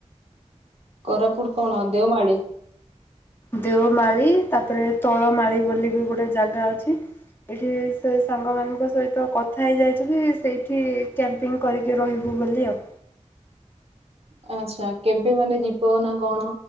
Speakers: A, on the right; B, on the left.
A: କୋରାପୁଟ କଣ ଦେଓମାଳି?
B: ଦେଓମାଳି ତାପରେ ତଳମାଳି ବୋଲି ବି ଗୋଟେ ଜାଗା ଅଛି ଏଇଠି ସେ ସାଙ୍ଗମାନଙ୍କ ସହିତ କଥା ହେଇଯାଇଛୁ କି ସେଇଠି କ୍ୟାମ୍ପିଙ୍ଗ କରିକି ରହିବୁ ବୋଲି ଆଉ।
A: ଆଛା କେବେ ମାନେ ଯିବ ନା କଣ